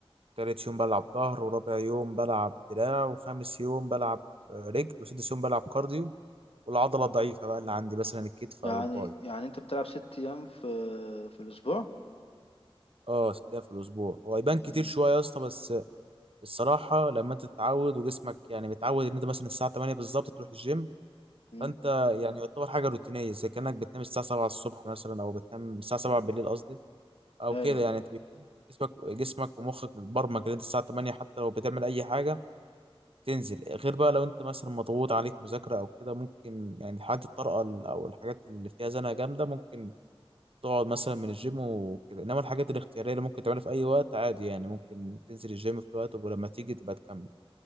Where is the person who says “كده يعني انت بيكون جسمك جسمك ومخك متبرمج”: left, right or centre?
Right